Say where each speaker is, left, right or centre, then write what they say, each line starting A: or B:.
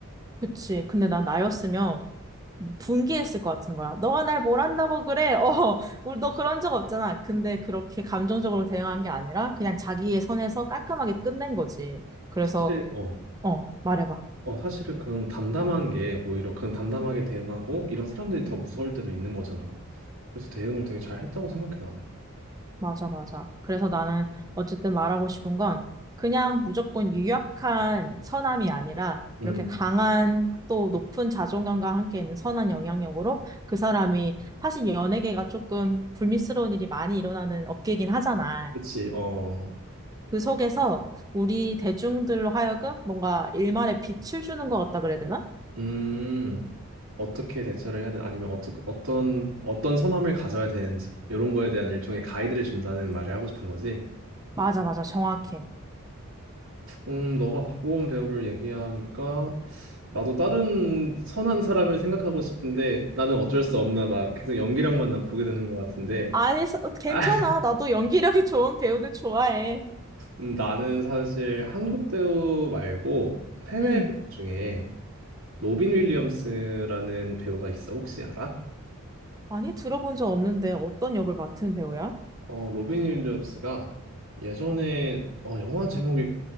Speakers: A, on the right; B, on the right.
A: 그치. 근데 난 나였으면 분개했을 것 같은 거야. 너가 날 뭘 한다고 그래? <laughs> 어, 우리 너 그런 적 없잖아. 근데 그렇게 감정적으로 대응한 게 아니라 그냥 자기의 선에서 깔끔하게 끝낸 거지. 그래서,
B: 사실, 어,
A: 어, 말해봐.
B: 어, 사실은 그런 담담한 게 오히려 그런 담담하게 대응하고, 이런 사람들이 더 무서울 때도 있는 거잖아. 그래서 대응을 되게 잘 했다고 생각해, 나는.
A: 맞아, 맞아. 그래서 나는 어쨌든 말하고 싶은 건 그냥 무조건 유약한 선함이 아니라
B: 음,
A: 이렇게 강한 또 높은 자존감과 함께 있는 선한 영향력으로 그 사람이 사실 연예계가 조금 불미스러운 일이 많이 일어나는 업계이긴 하잖아.
B: 그치. 어.
A: 그 속에서 우리 대중들로 하여금 뭔가 일말의 빛을 주는 것 같다 그래야 되나?
B: 음, 어떻게 대처를 해야 돼? 아니면 어떻, 어떤, 어떤 선함을 가져야 되는지, 이런 거에 대한 일종의 가이드를 준다는 말을 하고 싶은 거지.
A: 맞아, 맞아. 정확해.
B: 음, 너가 박보검 배우를 얘기하니까, 나도 다른 선한 사람을 생각하고 싶은데, 나는 어쩔 수 없나, 막 계속 연기력만 난 보게 되는 것 같은데.
A: 아니, 서- 괜찮아.
B: 아,
A: 나도 연기력이 좋은 배우들 좋아해.
B: 음, 나는 사실 한국 배우 말고 해외
A: 음.
B: 배우 중에 로빈 윌리엄스라는 배우가 있어. 혹시 알아?
A: 아니, 들어본 적 없는데 어떤 역을 맡은 배우야?
B: 어, 로빈 윌리엄스가 예전에 어, 영화 제목이